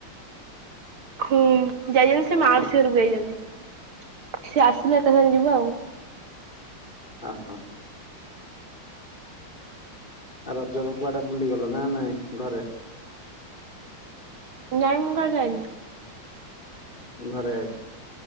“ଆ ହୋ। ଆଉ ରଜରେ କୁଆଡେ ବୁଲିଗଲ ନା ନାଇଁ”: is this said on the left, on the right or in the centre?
Left